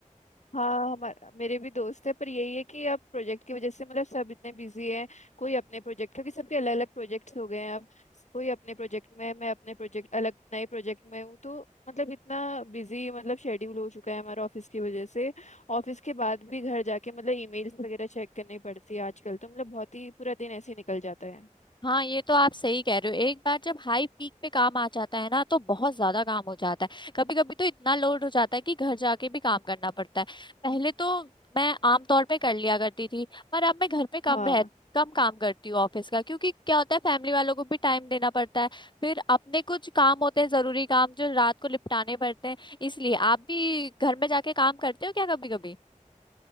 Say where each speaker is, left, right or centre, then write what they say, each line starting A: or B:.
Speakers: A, on the left; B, on the left.
A: हाँ हमारे मेरे भी दोस्त है पर यही है कि अब प्रोजेक्ट की वजह से मतलब सब इतने बिजी हैं कोई अपने प्रोजेक्ट क्योंकि सबके अलग अलग प्रोजेक्ट्स हो गए हैं अब कोई अपने प्रोजेक्ट में है, मैं अपने प्रोजेक्ट अलग नए प्रोजेक्ट में हूँ तो मतलब इतना बिजी मतलब शेड्यूल हो चुका है हमारा ऑफिस की वजह से ऑफिस के बाद भी घर जाके मतलब ईमेल्स वगैरह चेक करनी पड़ती है आजकल तो मतलब बहुत ही पूरा दिन ऐसे ही निकल जाता है
B: हाँ ये तो आप सही कह रहे हो एक बार जब हाई पीक पे काम आ जाता है ना तो बहुत ज्यादा काम हो जाता है कभी कभी तो इतना लोड हो जाता है कि घर जाके भी काम करना पड़ता है पहले तो मैं आमतौर पे कर लिया करती थी पर अब मैं घर पे कम
A: हाँ
B: रह कम काम करती हूँ ऑफिस का क्योंकि क्या होता है फैमिली वालों को भी टाइम देना पड़ता है फिर अपने कुछ काम होते हैं जरूरी काम जो रात को निपटाने पड़ते हैं इसलिए आप भी घर में जाके काम करते हो क्या कभी कभी